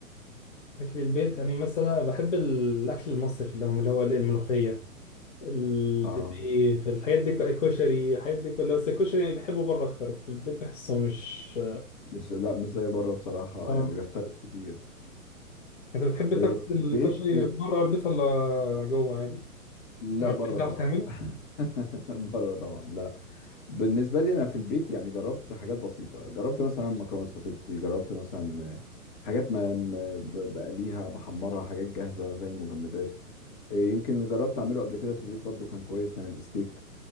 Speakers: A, on the left; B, on the left.
A: أكل البيت يعني مثلا بحب الأكل المصري في اليوم اللي هو الملوخية الفسيخ
B: اه
A: الحاجات دي الكشري الحاجات دي كلها بس الكشري يعني بحبه بره أكتر في البيت بحسه مش
B: مش لا مش زي بره بصراحه
A: اه
B: يعني بيختلف كتير
A: أنت بتحب
B: إيه
A: تاكل
B: في
A: الكشري
B: البيت
A: بره البيت ولا جوه عادي؟
B: لا
A: ولا
B: بره
A: بتعرف
B: طبعا
A: تعمله؟
B: <laughs> بره طبعا لا بالنسبه لي انا في البيت يعني جربت حاجات بسيطه جربت مثلا مكرونه سباكيتي جربت مثلا حاجات ما ما ب- بقليها بحمرها حاجات جاهزه زي المجمدات إيه، يمكن اللي جربت اعمله قبل كده في البيت برضو كان كويس كان الستيك